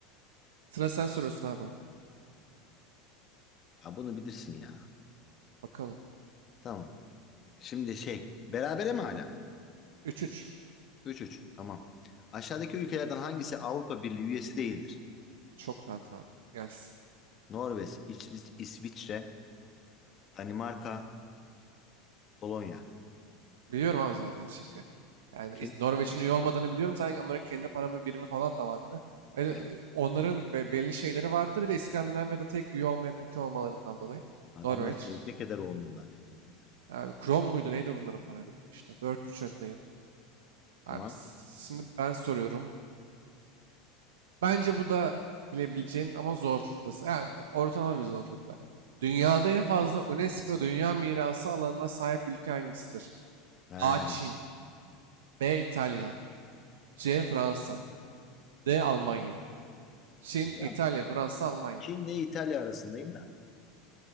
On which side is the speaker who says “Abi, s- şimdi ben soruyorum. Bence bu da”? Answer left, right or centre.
Right